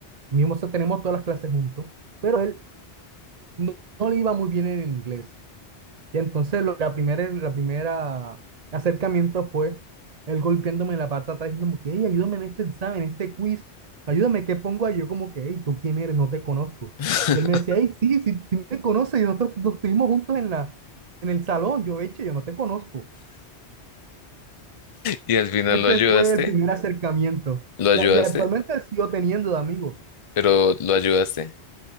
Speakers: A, on the right; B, on the left.
A: Mismo, o sea, tenemos todas las clases juntos, pero él no, no le iba muy bien en el inglés. Y entonces lo- la primera, la primera acercamiento fue él golpeándome la pata atrás diciendo como que, hey, ayúdame en este examen, en este quiz, ayúdame, ¿qué pongo ahí? Yo como que, hey, ¿tú quién eres? No te conozco.
B: <laughs>
A: Y él me decía, hey, sí, sí, sí me conoces, y nosotros nos estuvimos juntos en la, en el salón, yo, eche, yo no te conozco.
B: Y al final
A: Ese
B: lo ayudaste,
A: fue el primer acercamiento.
B: lo ayudaste,
A: Y, a- y actualmente él sigo teniendo de amigo.
B: pero lo ayudaste.